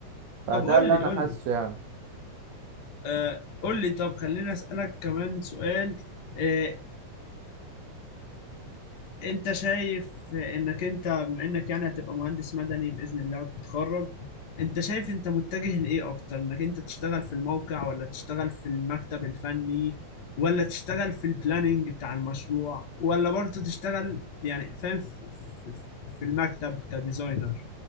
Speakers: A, on the right; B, on the left.
A: فده
B: طب قول
A: اللي
B: لي
A: انا
B: قول
A: حاسه
B: لي
A: يعني
B: آه قول لي طب خلينا اسألك كمان سؤال آه، انت شايف انك انت بما انك يعني هتبقى مهندس مدني باذن الله وتتخرج انت شايف انت متجه لايه اكتر انك انت تشتغل في الموقع ولا تشتغل في المكتب الفني ولا تشتغل في البلاننج بتاع المشروع ولا برضه تشتغل يعني فاهم في في- في المكتب كديزاينر